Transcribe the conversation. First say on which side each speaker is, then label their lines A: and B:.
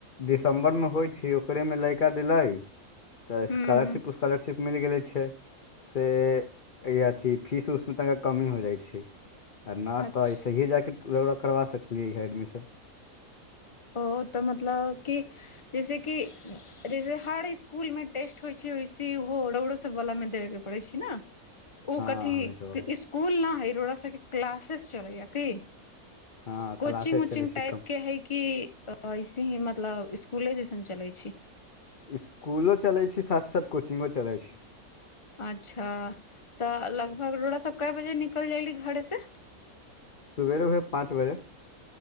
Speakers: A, on the left; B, on the left.
A: दिसम्बरमे होइ छै ओकरेमे लइका देलै तऽ
B: हूँ
A: स्कॉालरशिप स्कॉालरशिप मिल गेलै छै से अथी फीस उसमे तनिक कमी हो जाइ छै आर ना
B: अच्छा
A: तऽ ऐसे ही जााक ओरा करबा सकलियै हँ एडमिशन
B: ओ तऽ मतलब कि जैसेकि जैसे हर इसकुलमे टेस्ट होइ छै वैसे ओहो रगड़ोसभवलामे देबयके पड़ै छै ने ओ
A: हँ
B: कथी
A: हमनीसभ
B: स्कूल न है रोड़ा सबके क्लास अशेस चलैय किी
A: हँ
B: कोचिंग
A: क्लासे
B: उचिंग
A: चलै छै
B: टाइपके
A: कम
B: है ऐसे ही मतलब इसकुले जैसन चलै छै
A: इसकुलो चलै छी साथ साथ कोचिंगो चलै छी
B: अच्छा तऽ लगभग रोराास सभ कए बजे निकलि जयली घरेसँ
A: सुवेरे उए पाँच बजे